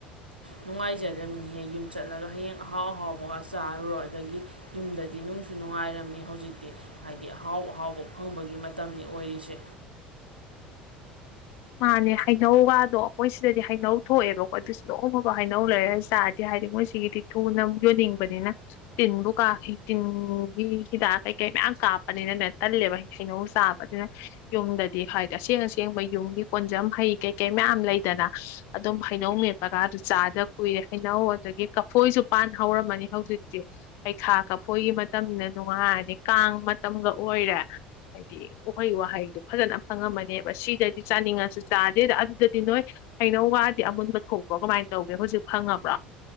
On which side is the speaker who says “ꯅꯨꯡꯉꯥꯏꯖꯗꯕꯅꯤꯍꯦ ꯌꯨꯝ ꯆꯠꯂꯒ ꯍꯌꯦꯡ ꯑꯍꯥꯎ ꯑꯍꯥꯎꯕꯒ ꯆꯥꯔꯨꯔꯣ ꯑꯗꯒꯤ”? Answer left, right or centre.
Right